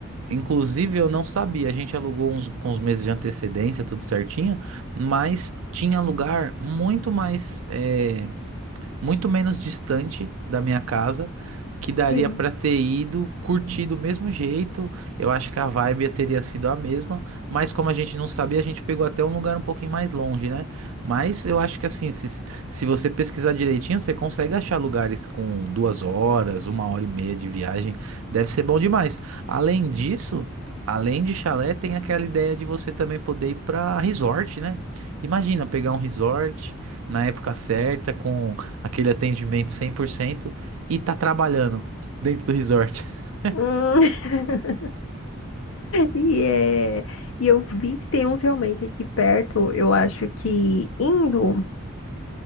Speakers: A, on the right; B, on the left.
A: Inclusive, eu não sabia. A gente alugou uns, com uns meses de antecedência, tudo certinho, mas tinha lugar muito mais. eh, muito menos distante da minha casa, que daria
B: sim.
A: para ter ido, curtir do mesmo jeito. Eu acho que a vibe teria sido a mesma, mas como a gente não sabia, a gente pegou até um lugar um pouquinho mais longe, né? Mas eu acho que assim, se, se você pesquisar direitinho, você consegue achar lugares com duas horas, uma hora e meia de viagem. Deve ser bom demais. Além disso, além de chalé, tem aquela ideia de você também poder ir para resort, né? Imagina pegar um resort na época certa, com aquele atendimento 100% e tá trabalhando dentro do resort. <laughs>
B: Hum. <laughs> E, é, e eu vi que tem uns realmente aqui perto. Eu acho que indo